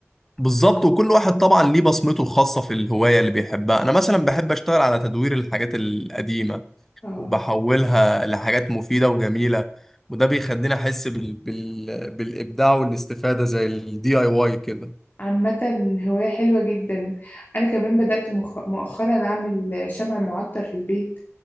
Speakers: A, in the centre; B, on the left.
A: بالظبط وكل واحد طبعا ليه بصمته الخاصة في الهواية اللي بيحبها انا مثلا بحب اشتغل على تدوير الحاجات القديمة
B: آه
A: وبحولها لحاجات مفيدة وجميلة وده بيخليني احس بال... بال... بالابداع والاستفادة زي الدي اي واي كده
B: عامة هواية حلوة جدا أنا كمان بدأت مخ- مؤخرا أعمل شمع معطر في البيت